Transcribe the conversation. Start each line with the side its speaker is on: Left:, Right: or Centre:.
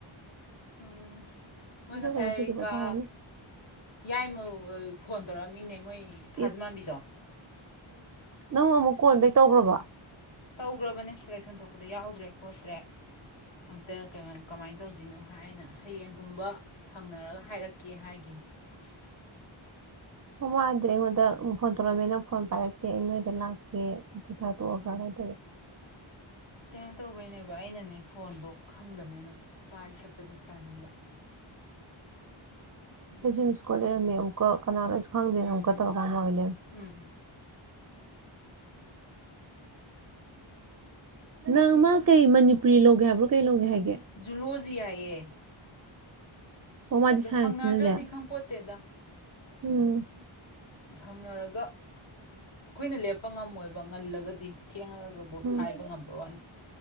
Left: ꯎꯝ ꯃꯣꯏ
Right: ꯆꯠꯂꯒ
Left: ꯉꯁꯥꯏ
Right: ꯉꯁꯤꯗꯤ ꯄꯣꯊꯥꯔꯅꯤ
Left: ꯀꯥ ꯌꯥꯏꯃ ꯐꯣꯟ ꯇꯧꯔꯛꯑꯃꯤꯅꯦ ꯃꯣꯏ ꯊꯖꯃꯥꯕꯤꯗꯣ
Right: ꯑꯦ ꯅꯪ ꯑꯃꯨꯛ ꯀꯣꯟꯕꯦꯛ ꯇꯧꯈ꯭ꯔꯕ
Left: ꯇꯧꯈ꯭ꯔꯕꯅꯦ ꯁꯦꯂꯦꯛꯁꯟ ꯊꯣꯛꯄꯗ ꯌꯥꯎꯗ꯭ꯔꯦ ꯈꯣꯠꯇ꯭ꯔꯦ ꯑꯝꯇ ꯀꯃꯥꯏꯅ ꯇꯧꯗꯣꯏꯅꯣ ꯍꯥꯏꯅ ꯍꯌꯦꯡꯒꯨꯝꯕ ꯍꯪꯅꯔꯒ ꯍꯥꯏꯔꯛꯀꯦ ꯍꯥꯏꯈꯤꯝꯅꯤ
Right: ꯑꯣ ꯃꯥꯅꯗꯤ ꯑꯩꯉꯣꯟꯗ ꯐꯣꯟ ꯇꯧꯔꯛꯑꯝꯃꯦ ꯅꯪ ꯐꯣꯟ ꯄꯥꯏꯔꯛꯇꯦ ꯑꯩ ꯅꯣꯏꯗ ꯂꯥꯛꯀꯦ ꯆꯥꯛꯆꯥ ꯇꯣꯛꯑꯒ
Left: ꯎꯝ
Right: ꯀꯥꯏꯅ ꯇꯧꯔꯛꯑꯦ
Left: ꯀꯩꯅꯣ ꯇꯧꯕꯩꯅꯦꯕ ꯑꯩꯅꯅꯦ ꯐꯣꯟꯗꯣ ꯈꯪꯗꯕꯅꯤꯅ ꯄꯥꯏꯈꯠꯄꯗꯣ ꯇꯟꯕ ꯑꯗꯨꯒꯤ
Right: ꯑꯦꯖꯨ ꯃꯤꯁꯀꯣꯜ ꯂꯩꯔꯝꯃꯦ ꯀꯣꯛ ꯀꯅꯥꯅꯣꯁꯨ ꯈꯪꯗꯦ
Left: ꯎꯝ
Right: ꯑꯃꯨꯛꯀ ꯇꯧꯔꯛꯑꯀꯥꯟꯗꯟ ꯑꯣꯏ ꯂꯩꯔꯝꯃꯦ
Left: ꯎꯝ
Right: ꯅꯪ ꯃꯥ ꯀꯩ ꯃꯅꯤꯄꯨꯔꯤ ꯂꯧꯒꯦ ꯍꯥꯏꯕ꯭ꯔꯣ ꯀꯩ ꯂꯧꯒꯦ ꯍꯥꯏꯒꯦ
Left: ꯖꯨꯂꯣꯖꯤ ꯍꯥꯏꯌꯦ
Right: ꯑꯣ ꯃꯥꯗꯤ
Left: ꯑꯗꯣ
Right: ꯁꯥꯏꯟꯁꯅꯅꯦ
Left: ꯍꯪꯅꯗ꯭ꯔꯗꯤ ꯈꯪ ꯄꯣꯟꯇꯦꯗ
Right: ꯎꯝ
Left: ꯍꯪꯅꯔꯒ ꯑꯩꯈꯣꯏꯅ ꯂꯦꯞꯄ ꯉꯝꯃꯣꯏꯕ ꯑꯗꯨꯒ ꯉꯜꯂꯒꯗꯤ ꯊꯦꯡꯉꯒꯕꯨ
Right: ꯎꯝ
Left: ꯍꯥꯏꯕ ꯉꯝꯕ ꯋꯥꯅꯤ